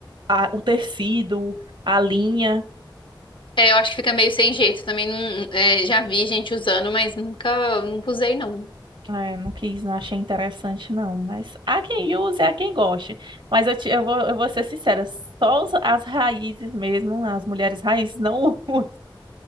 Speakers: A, on the right; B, on the left.
A: a- o tecido, a linha.
B: É, eu acho que fica meio sem jeito também. Não, é, já vi gente usando, mas nunca, nunca usei, não.
A: É, não quis, não achei interessante, não. Mas há quem use, há quem goste. Mas eu, te- eu vou, eu vou ser sincera, só os- as raízes mesmo, as mulheres raízes não <laughs> usam.